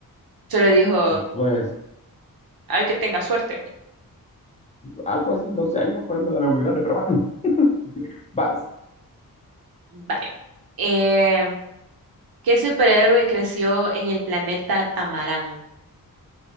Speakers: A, on the right; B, on the left.
A: Solo dijo,
B: Pues
A: ay, que tenga suerte.
B: algo así, Doce años, pues no la veo muy grande, pero bueno, <laughs> vas.
A: Vaya. Eh, ¿qué superhéroe creció en el planeta Tamarán?